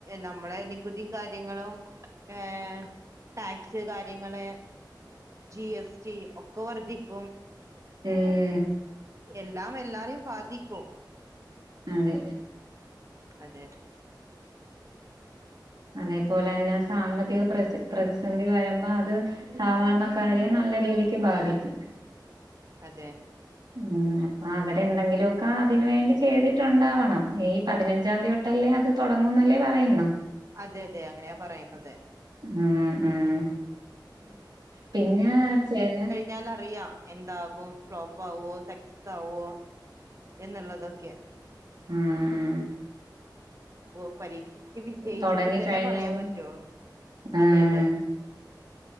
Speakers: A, on the right; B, on the right.
A: നമ്മെളെ നികുതിയും കാര്യങ്ങളും. ഏഹ്. ടാക്സ് കാര്യങ്ങള്. ജി എസ് ടി ഒക്കെ വർധിക്കും.
B: ഉം
A: എല്ലാം എല്ലാരെയും ബാധിക്കും.
B: അതെ
A: അതെ <unintelligible>
B: അതേപോലെന്നെ സാമ്പത്തിക പ്രസി പ്രതിസന്ധി വെരുമ്പം അത്. സാധാരണക്കാരെ നല്ല രീതിക്ക് ബാധിക്കും.
A: അതെ
B: ഉം. അപ്പൊ അവരെന്തെങ്കില്വക്കെ അതിന് വേണ്ടി ചെയ്തിട്ടുണ്ടാവണം. മെയ് പതിനെഞ്ചാംതി തൊ ട്ടല്ലെ അത് തൊടങ്ങുന്നല്ലേ പറയുന്ന്.
A: അതെ അതെ അങ്ങനെയാ പറയുന്നത്.
B: ഉം. ഉം. പിന്നെ വെച്ചേന്.
A: ഞാനറിയ പഎന്താകും ഫ്ലോപ്പാവോ സക്സസാവോ. എന്നുള്ളതൊക്കെ
B: ഉം ഉം
A: ഓ പരീക്ഷക്ക് വിജയിച്ചെങ്കിൽ
B: തൊടങ്ങി
A: തന്നെ
B: കഴിഞ്ഞാല്
A: പറയാൻ പറ്റൊള്ളു.
B: ആഹ്
A: അതെ അതെ